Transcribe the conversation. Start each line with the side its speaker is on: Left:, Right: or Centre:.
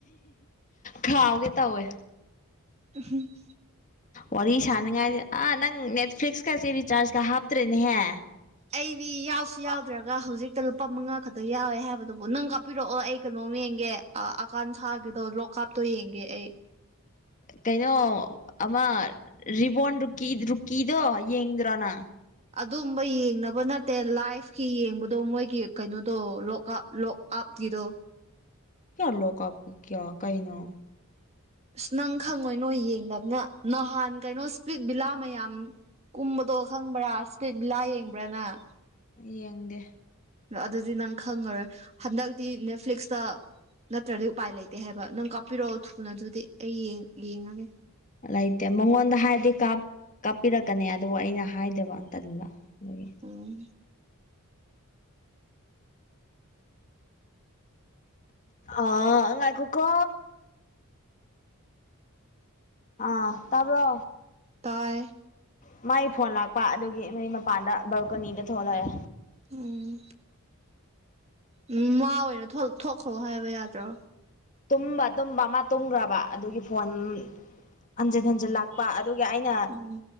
Left: ꯈꯥꯎꯒꯦ ꯇꯧꯋꯦ
Right: <unintelligible>
Left: ꯋꯥꯔꯤ ꯁꯥꯅꯉꯥꯏꯖꯦ ꯑꯥ ꯅꯪ ꯅꯦꯠꯐ꯭ꯂꯤꯛꯁꯀꯁꯦ ꯔꯤꯆꯥꯔꯖꯀ ꯍꯥꯞꯇ꯭ꯔꯦꯅꯦꯍꯦ
Right: ꯑꯩꯗꯤ ꯌꯥꯎꯁꯨ ꯌꯥꯎꯗ꯭ꯔꯒ ꯍꯧꯖꯤꯛꯇ ꯂꯨꯄꯥ ꯃꯉꯥ ꯈꯠꯇ ꯌꯥꯎꯋꯦ ꯍꯥꯏꯕꯗꯨꯕꯨ ꯅꯪ ꯀꯞ ꯄꯤꯔꯣꯑꯣ ꯑꯩ ꯀꯩꯅꯣꯝ ꯌꯦꯡꯒꯦ ꯑꯥ ꯑꯀꯥꯟꯊꯥꯒꯤꯗꯣ ꯂꯣꯛ ꯀꯥꯞꯇꯣ ꯌꯦꯡꯒꯦ ꯑꯩ
Left: ꯀꯩꯅꯣ ꯑꯃ ꯔꯤꯕꯣꯔꯟ ꯔꯨꯀꯤ ꯗꯔꯨꯀꯤꯗꯣ ꯌꯦꯡꯗ꯭ꯔꯣꯅ
Right: ꯑꯗꯨꯝꯕ ꯌꯦꯡꯅꯕ ꯅꯠꯇꯦ ꯂꯥꯏꯐꯀꯤ ꯌꯦꯡꯕꯗꯣ ꯃꯣꯏꯒꯤ ꯀꯩꯅꯣꯗꯣ ꯂꯣꯛꯑꯞ ꯂꯣꯛꯑꯞꯒꯤꯗꯣ
Left: ꯀꯌꯥꯂꯣ ꯀꯞ <unintelligible> ꯀꯌꯥ ꯀꯩꯅꯣ
Right: ꯑꯁ ꯅꯪ ꯈꯪꯉꯣꯏ ꯅꯣꯢ ꯌꯦꯡꯗꯕꯅꯤꯅ ꯅꯍꯥꯟ ꯀꯩꯅꯣ ꯏꯁꯄꯤ꯭ꯛ ꯕꯤꯂꯥ ꯃꯌꯥꯝ ꯀꯨꯝꯕꯗꯣ ꯈꯪꯕ꯭ꯔꯥ ꯏꯁꯄꯤꯠ ꯕꯤꯂꯥ ꯌꯦꯡꯕ꯭ꯔꯥ ꯅꯪ
Left: ꯌꯦꯡꯗꯦ
Right: ꯑꯗꯨꯗꯤ ꯅꯪ ꯈꯪꯉꯔꯣꯏ ꯍꯟꯗꯛꯇꯤ ꯅꯦꯠꯐ꯭ꯂꯤꯛꯁꯇ ꯅꯠꯇ꯭ꯔꯗꯤ ꯎꯄꯥꯏ ꯂꯩꯇꯦ ꯍꯥꯏꯕ ꯅꯪ ꯀꯥꯞꯄꯤꯔꯛꯑꯣ ꯊꯨꯅ ꯑꯗꯨꯗꯤ ꯑꯩ ꯌꯦꯡꯉꯒꯦ
Left: ꯂꯩꯇꯦ ꯃꯉꯣꯟꯗ ꯍꯥꯏꯔꯗꯤ ꯀꯥꯞꯄꯤꯔꯛꯀꯅꯤ ꯑꯗꯨꯕꯨ ꯑꯩꯅ ꯍꯥꯏꯗꯕ ꯇꯟꯕ ꯑꯗꯨꯒꯤ
Right: ꯎꯝ
Left: ꯑꯥ ꯉꯥꯏꯈꯣꯀꯣ ꯑꯥ ꯇꯥꯕ꯭ꯔꯣ
Right: ꯇꯥꯏ
Left: ꯃꯥꯏ ꯐꯣꯟ ꯂꯥꯛꯄ ꯑꯗꯨꯒꯤ ꯅꯣꯏ ꯃꯄꯥꯟꯗ ꯕꯔꯀꯣꯅꯤꯗ ꯊꯣꯛꯂꯛꯑꯦ
Right: ꯎꯝ ꯎꯝ ꯃꯥ ꯑꯣꯢꯅ ꯊꯣꯛꯈ꯭ꯔꯣ ꯍꯥꯏꯕ ꯌꯥꯗ꯭ꯔꯣ
Left: ꯇꯨꯝꯕ ꯇꯨꯝꯕ ꯑꯃ ꯇꯨꯝꯈ꯭ꯔꯕ ꯑꯗꯨꯒꯤ ꯐꯣꯟ ꯍꯟꯖꯤꯟ ꯍꯟꯖꯤꯟ ꯂꯥꯛ ꯑꯗꯨꯒ ꯑꯩꯅ
Right: ꯎꯝ